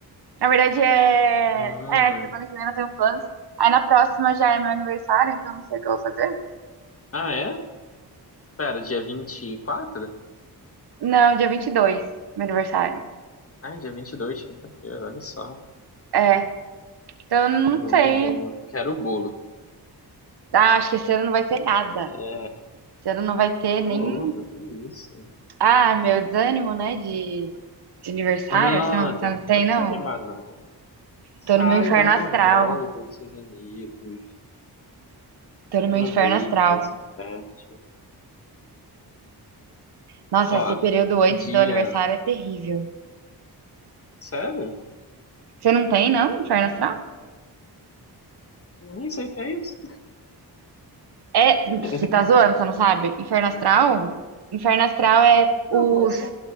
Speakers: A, on the right (about 75°); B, on the left (about 35°).
A: Na verdade é,
B: Hum.
A: é, semana que vem não tenho planos. Aí na próxima já é meu aniversário, então não sei o que eu vou fazer.
B: Ah, é? Pera, dia 24?
A: Não, dia 22 meu aniversário.
B: Ah, dia 22, quinta-feira, olha só.
A: É, então não
B: Boa,
A: sei.
B: boa. Quero o bolo.
A: Ah, acho que esse ano não vai ter nada.
B: É.
A: Você não vai ter
B: Não,
A: nem.
B: louco, que isso?
A: Ah, meu desânimo, né? De, de aniversário.
B: Não,
A: Você não, você
B: Tiago,
A: não tem,
B: pode
A: não?
B: desanimar, não. Sai,
A: Tô no meu inferno
B: dá uma
A: astral.
B: volta com seus amigos.
A: Tô no
B: Aproveita,
A: meu inferno astral.
B: se diverte.
A: Nossa,
B: Ó,
A: esse período antes
B: dia.
A: do aniversário é terrível.
B: Sério?
A: Você não tem, não? Inferno astral?
B: Nem sei o que é isso.
A: É. Você
B: <laughs>
A: tá zoando, você não sabe? Inferno astral? Inferno astral é
B: Não,
A: os.
B: nossa.